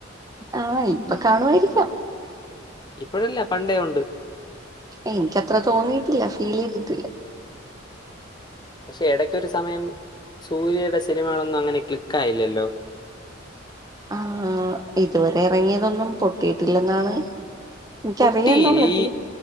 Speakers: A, on the right; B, on the left.
A: ആഹ് ഇപ്പോ കാണുവായിരിക്കാം.
B: ഇപ്പഴല്ല പണ്ടേ ഒണ്ട്.
A: എനിക്ക് അത്ര തോന്നിയിട്ടില്ല ഫീല് ചെയ്തിട്ടില്ല.
B: പക്ഷേ എടക്കൊരു സമയം സൂര്യയുടെ സിനിമകളൊന്നും അങ്ങനെ ക്ലിക്ക് ആയില്ലല്ലോ.
A: ആഹ് ഇതുവരെ എറങ്ങിയതൊന്നും പൊട്ടിയിട്ടില്ലെന്നാണ് എനിക്കറിയാം
B: പൊട്ടി.
A: എന്നുള്ള ഇത്
B: ഈ